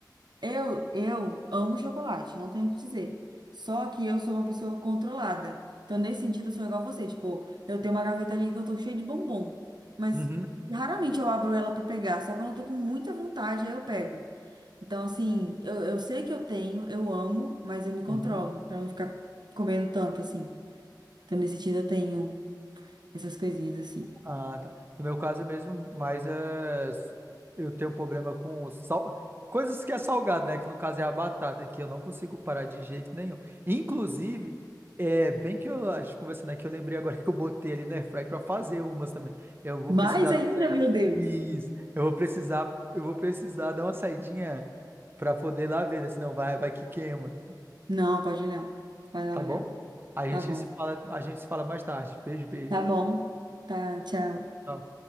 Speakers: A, on the right (about 70°); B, on the right (about 30°).
A: Eu, eu amo chocolate, não tenho o que dizer. Só que eu sou uma pessoa controlada. Então, nesse sentido, eu sou igual a você. Tipo, eu tenho uma gaveta ali que eu tô cheia de bombom. Mas
B: Uhum.
A: raramente eu abro ela pra pegar. Só quando eu tô com muita vontade, aí eu pego. Então, assim, eu, eu sei que eu tenho, eu amo, mas eu me
B: uhum.
A: controlo pra não ficar comendo tanto assim. Então, nesse sentido, eu tenho essas coisinhas assim.
B: Ah, tá. No meu caso é mesmo, mas é, eu tenho um problema com sal... coisas que é salgado, né? Que no caso é a batata, que eu não consigo parar de jeito nenhum. Inclusive, é bem que eu- a gente conversando aqui, eu lembrei agora <laughs> que eu botei ali na airfryer para fazer umas também. Eu vou
A: Mais
B: precisar
A: ainda,
B: dar
A: meu Deus!
B: Isso. Eu vou precisar, eu vou precisar dar uma saidinha para poder lá ver, né? Senão vai, vai que queima,
A: Não, pode olhar. Vai lá
B: tá
A: olhar.
B: bom? A gente
A: Tá bom.
B: se fala, a gente se fala mais tarde. Beijo, beijo.
A: Tá bom. Tá, tchau.
B: Tchau.